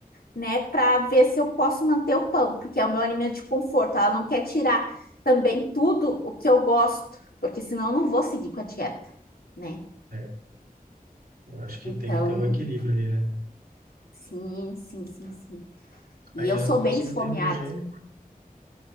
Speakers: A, on the left; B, on the right.
A: né, para ver se eu posso manter o pão, porque é o meu alimento de conforto. Ela não quer tirar também tudo o que eu gosto, porque senão eu não vou seguir com a dieta, né?
B: É, Eu acho que
A: Então,
B: tem que ter um equilíbrio ali, né?
A: sim, sim, sim, sim. E
B: Aí
A: eu
B: ela
A: sou
B: me passa
A: bem esfomeada.
B: um termogênico,